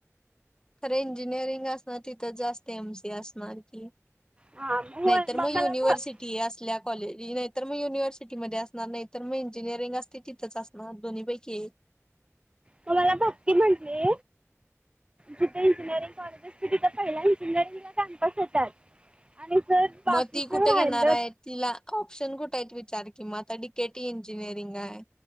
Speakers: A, on the left; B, on the right.
A: खरं इंजिनिअरिंग अस ना तिथं जास्त एम सी असत मारकी नाहीत
B: हां होय
A: मग
B: मला
A: युनिव्हर्सिटी
B: भ मग
A: असल्या कॉलेज नाहीतर मग युनिव्हर्सिटी मध्ये असणार नाहीत तर मग इंजिनिअरिंग असते तिथंच असणार दोन्ही पैकी एक
B: तुम्हाला भक्ती म्हटली जिथे इंजिनिअरिंग कॉलेज असते तिथं पहिला इंजिनिअरिंगला कॅम्पस येतात. आणि जर बाकीचं
A: मग ती कुठे
B: राहिलं
A: घेणार आहे तिला ऑप्शन कुठे आहेत? विचार की मग आता डी केे टी इंजिनीरींग हाय